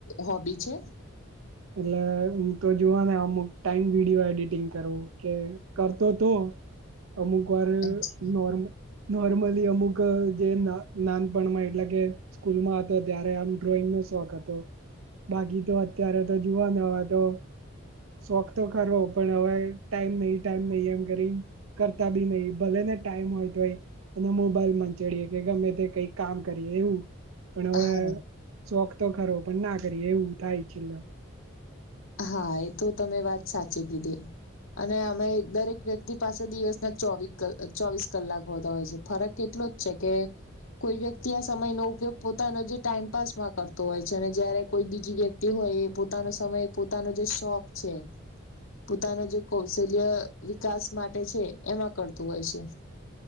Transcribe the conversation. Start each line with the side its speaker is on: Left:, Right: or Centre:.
Left: હોબી છે.
Right: એટલે હું તો જોવા ને અમુક ટાઈમ વિડીયો એડિટિંગ કરું કે કરતો તો અમુક વાર
Left: અચ્છા
Right: નોર્મલ નોર્મલી અમુક જે નાન નાનપણમાં એટલે કે સ્કૂલમાં હતો ત્યારે આમ ડ્રોઈંગ નો શોખ હતો બાકી તો અત્યારે તો જુવો હવે તો શોખ તો ખરો પણ હવે ટાઈમ નહી ટાઈમ નહી એમ કરી કરતા બી નહી ભલે ને ટાઈમ હોય તો અને મોબાઈલ મચડીએ કે ગમે તે કઈક કામ કરીએ એવું પણ હવે
Left: હા
Right: શોખ તો ખરો પણ ના કરીએ એવું થાય છેલ
Left: હા એ તો તમે વાત સાચી કીધી અને અમે દરેક વ્યક્તિ પાસે દિવસના ચોવી કલા ચોવીસ કલાક હોતા હોય છે ફરક કેટલો જ છે કે કોઈ વ્યક્તિ આ સમય નો ઉપયોગ પોતાનો જે ટાઈમપાસ માં કરતો હોય છે અને જયારે કોઈ બીજી વ્યક્તિ હોય એ પોતાનો સમય પોતાનો જે શોખ છે પોતાનો જે કૌશલ્ય વિકાસ માટે છે એમાં કરતું હોય છે